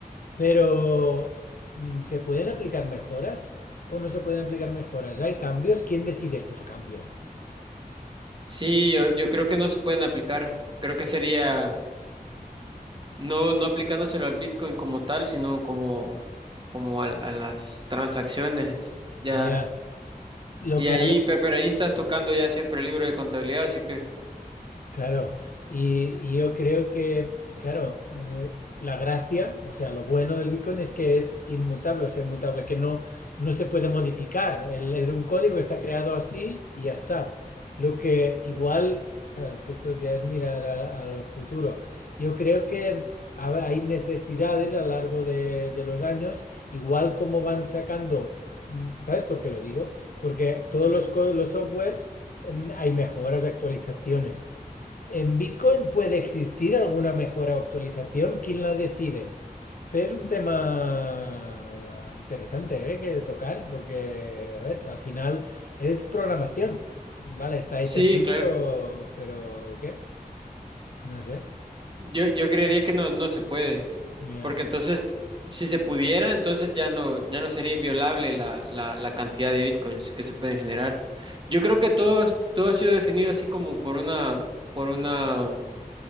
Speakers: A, on the left; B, on the right.
A: pero mm, ¿se pueden aplicar mejoras o no se pueden aplicar mejoras? ¿Hay cambios? ¿Quién decide estos cambios?
B: Sí, yo, yo creo que no se pueden aplicar. Creo que sería No, no aplicándoselo al Bitcoin como tal, sino como, como al- a, las transacciones. Ya.
A: Ya, Lo
B: Y
A: que,
B: ahí, pe- pero ahí estás tocando ya siempre el libro de contabilidad, así que.
A: Claro, y, y yo creo que, claro, eh, la gracia, o sea, lo bueno del Bitcoin es que es inmutable, es inmutable, que no, no se puede modificar. El- es un código, está creado así y ya está. Lo que igual, claro, es que esto ya es mirar a- al futuro. Yo creo que ha- hay necesidades a lo largo de, de los años, igual como van sacando, mm, ¿sabes por qué lo digo? Porque todos
B: ujú.
A: los, co- los softwares, mm, hay mejoras, actualizaciones. ¿En Bitcoin puede existir alguna mejora o actualización? ¿Quién la decide? Este es un tema interesante, ¿eh? que tocar, porque, a ver, al final es programación. Vale, está hecha
B: Sí,
A: así,
B: claro.
A: pero, pero ¿qué? No sé.
B: Yo, yo creería que no, no se puede.
A: Ya.
B: Porque entonces, si se pudiera, entonces ya no, ya no sería inviolable la, la, la cantidad de bitcoins que se pueden generar. Yo creo que todo, todo ha sido definido así como por una, por una